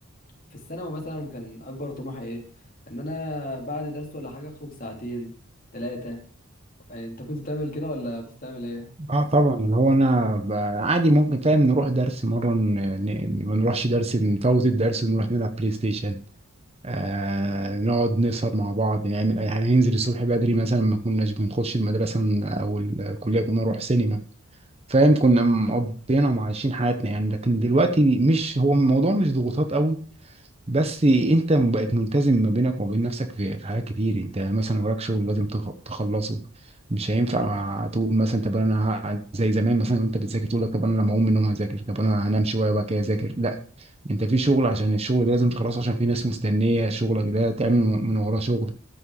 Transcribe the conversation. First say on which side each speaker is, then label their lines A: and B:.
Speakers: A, on the left; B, on the right.
A: في الثانوي مثلا كان اكبر طموحي ايه ان انا بعد درس ولا حاجه اخرج ساعتين ثلاثه انت كنت بتعمل كده ولا كنت بتعمل ايه
B: اه طبعا اللي هو انا ب- عادي ممكن فاهم نروح درس مره ن- ن- ما نروحش درس نفوت الدرس ونروح نلعب بلاي ستيشن آه نقعد نسهر مع بعض نعمل اي حاجه ننزل الصبح بدري مثلا ما كناش بنخش المدرسه ن- او الكليه كنا نروح سينما فاهم كنا مقضينا وعايشين حياتنا يعني لكن دلوقتي مش هو الموضوع مش ضغوطات قوي بس انت بقت ملتزم ما بينك وما بين نفسك في في حاجات كتير انت مثلا وراك شغل لازم تخ- تخلصه مش هينفع تقول مثلا طب انا ه- زي زمان مثلا انت بتذاكر تقول لك طب انا لما اقوم من النوم هذاكر طب انا هنام شويه وبعد كده اذاكر لا انت في شغل عشان الشغل ده لازم تخلصه عشان في ناس مستنيه شغلك ده تعمل من وراه شغل